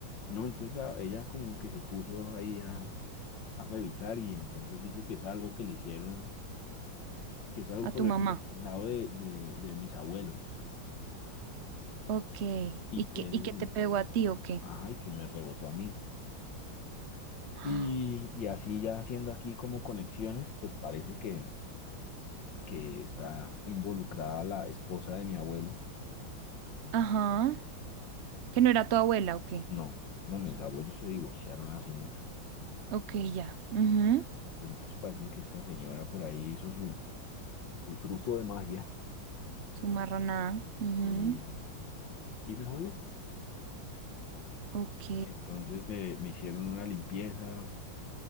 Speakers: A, on the left; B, on the right.
A: No, entonces la, ella como que se puso ahí a, a revisar y entonces dice que es algo que le hicieron, que es algo
B: A
A: por
B: tu mamá.
A: el lado de, de, de mis abuelos
B: Ok.
A: y
B: ¿Y
A: que
B: qué,
A: es,
B: y
A: un-
B: qué te pegó a ti o qué?
A: ajá, y que me rebotó a mí.
B: Ah,
A: Y, y así ya haciendo aquí como conexiones, pues parece que... que está involucrada la esposa de mi abuelo.
B: Ajá. ¿Que no era tu abuela o qué?
A: No, no, mis abuelos se divorciaron hace mucho.
B: Ok, ya. Ujú.
A: Pero entonces parece que esta señora por ahí hizo su, su truco de magia
B: Su marranada. Ujú.
A: y, y me jodió.
B: Ok.
A: Entonces me, me hicieron una limpieza